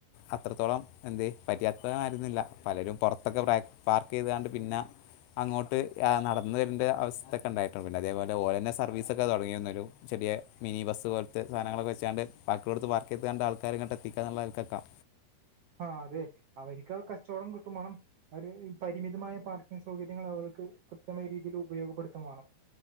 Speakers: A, on the left (about 80°); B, on the right (about 75°).
A: അത്രത്തോളം എന്തേ പര്യാപ്തതായിരുന്നില്ല. പലരും പൊറത്തൊക്കൊ പ്രാ പാർക്കെതാണ്ട് പിന്ന അങ്ങോട്ട് നടന്ന വരണ്ട അവസ്ഥ്യൊക്കെ ഇണ്ടായിട്ടുണ്ട് പിന്നെ അതേപോലെ ഓലേൻ്റെ സർവീസക്കെ തൊടങ്ങീന്നൊരു ചെറിയെ മിനി ബസ് പോൽത്തെ സാനങ്ങളൊക്കെ വെച്ചാണ്ട് ബാക്കിള്ളോട്ത്ത് പാർക്കെയ്താണ്ട് ആൾക്കാരെങ്ങട്ടെത്തിക്കന്നിള്ളെ ആൾക്കൊക്കാം
B: ആഹ് അതെ അവരിക്ക് കച്ചോടം കിട്ടുവേണം അവര് പരിമിതമായ പാർക്കിങ് സൗകര്യ കാര്യങ്ങൾ ഓൾക്ക് കൃത്യമായ രീതീല് ഉപയോഗപ്പെടുതേം വേണം.